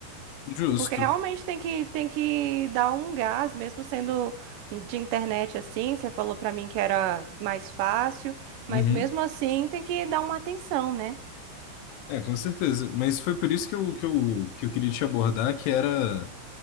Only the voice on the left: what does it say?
Justo.
Uhum.
É, com certeza. Mas foi por isso que eu, que eu, que eu queria te abordar, que era.